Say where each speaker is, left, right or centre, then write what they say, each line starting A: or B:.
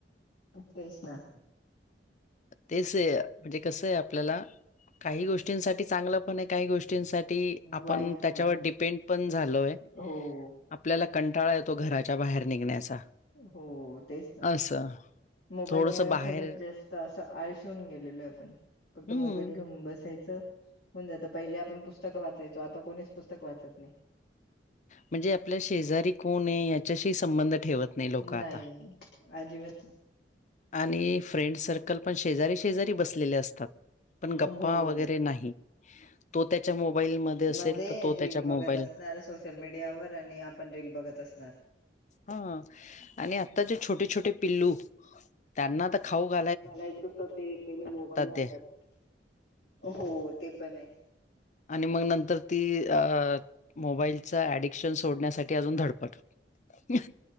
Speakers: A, on the left; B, on the left.
A: केष ना
B: तेच आहे म्हणजे कस आहे आपल्याला काही गोष्टींसाठी चांगलं पण आहे काही गोष्टी आपण
A: वाईट
B: त्याच्यावर
A: पण आहे.
B: डिपेंड पण झालोय.
A: हो
B: आपल्याला कंटाळा येतो घराच्या बाहेर निघण्याचा.
A: हो तेच ना
B: असं.
A: मोबाईलमुळे
B: थोडंसं बाहेर
A: सगळ्यात जास्त असं आळशवून गेलेलो आहे आपण फक्त
B: हं,
A: मोबाईल घेऊन बसायचं. होन जात पहिले आपण पुस्तक वाचायचो आता कोणीच पुस्तक वाचत नाही.
B: म्हणजे आपल्या शेजारी कोण आहे याच्याशी संबंध ठेवत नाही लोकं
A: नाही
B: आता.
A: आजिबात
B: आणि फ्रेंड सर्कल पण शेजारी शेजारी बसलेले असतात. पण
A: नाही.
B: गप्पा
A: हो
B: वगैरे नाही. तो त्याच्या मोबाईलमध्ये असेल
A: मध्ये
B: तर तो
A: रील
B: त्याच्या
A: बघत
B: मोबाईल
A: असणार सोशल मीडियावर आणि आपण रील बघत अस सर
B: हा आणि आत्ता जे छोटे छोटे पिल्लू त्यांना तर खाऊ घ
A: घालायचं तर ते पहिले मोबाईल हातात
B: दे
A: हो ते पण आहे.
B: आणि मग नंतर ती अ मोबाईलचा ऍडिक्शन सोडण्यासाठी अजून धडपड. ह